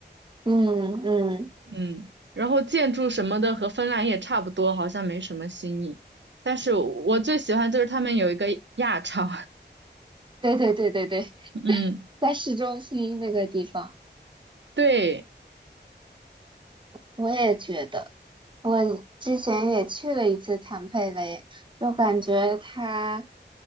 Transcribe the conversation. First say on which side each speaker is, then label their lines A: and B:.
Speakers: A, on the right (about 25°); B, on the right (about 80°).
A: 嗯嗯，
B: 嗯，然后建筑什么的和芬兰也差不多，好像没什么新意。但是我最喜欢就是他们有一个亚超，
A: 对对对对对，
B: <laughs> 嗯，
A: 在市中心那个地方，
B: 对，
A: 我也觉得，我之前也去了一次坦佩雷，就感觉它